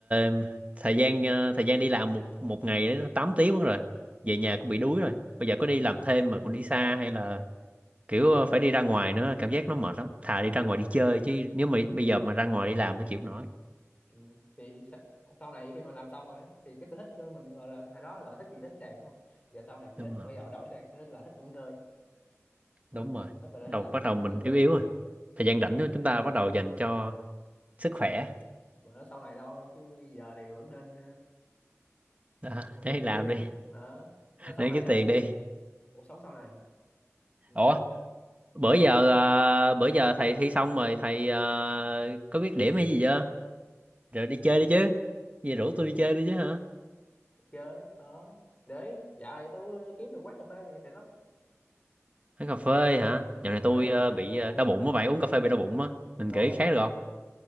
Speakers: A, on the right; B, on the left.
A: ờ, thời gian ờ, thời gian đi làm một một ngày ấy, nó 8 tiếng mất rồi về nhà
B: Ờ,
A: cũng bị đuối rồi bây giờ
B: ờ,
A: có đi làm thêm mà còn đi xa hay là kiểu ờ, phải đi ra ngoài nữa cảm giác nó mệt lắm thà đi ra ngoài đi chơi chứ nếu mà bây giờ mà ra ngoài đi làm nó chịu không nổi
B: ừ. thì sa- sau này khi mà làm xong rồi thì cái sở thích của mình gọi là hồi đó gọi là thích gì thích vấn đề đúng không giờ sau này
A: đúng
B: cứ thích
A: rồi
B: bây giờ đổi sang sở thích là thích nghỉ ngơi
A: đúng rồi
B: thích bà đã thích
A: đầu
B: làm
A: bắt
B: gì
A: đầu
B: thích
A: mình
B: nghỉ ngơi
A: yếu yếu rồi thời gian
B: Dạ,
A: rảnh của
B: thích
A: chúng
B: nghỉ
A: ta
B: ngơi
A: bắt đầu dành cho sức khỏe
B: bữa đó sau này thôi chứ giờ thì vẫn nên
A: đó,
B: ờ, này
A: để
B: kia
A: làm đi
B: đó nó sau
A: để
B: này
A: kiếm
B: thôi
A: tiền đi
B: không cuộc sống sau này ừ,
A: ủa bữa giờ ờ, bữa giờ thầy thi xong rồi thầy ờ, có biết điểm hay gì chưa rồi đi chơi đi chứ gì rủ tôi đi chơi đi chứ hả
B: chơi ở để dạo này tôi kiếm được quán cà phê này xịn lắm
A: Uống cà phê hả
B: ừ,
A: dạo này
B: cà
A: tôi
B: phê
A: ờ,
B: đúng
A: bị
B: đúng
A: ờ,
B: gu
A: đau
B: luôn
A: bụng á bạn uống cà phê bị đau bụng á
B: buổi
A: mình
B: tối
A: kể khác
B: thì
A: được
B: giờ
A: không
B: mình